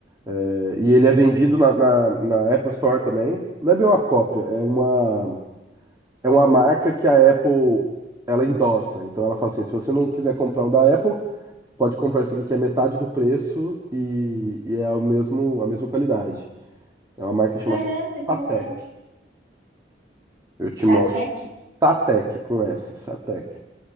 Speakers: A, on the right; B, on the right.
A: é, e ele é vendido na, na, na Apple Store também. Não é bem uma cópia, é uma, é uma marca que a Apple ela endossa. Então ela fala assim: se você não quiser comprar um da Apple, pode comprar esse aqui que é metade do preço e, e é o mesmo, a mesma qualidade. É uma marca que chama
B: Caraca, que
A: Satec.
B: legal.
A: Eu te
B: Satec?
A: mostro. Satec com S, Satec.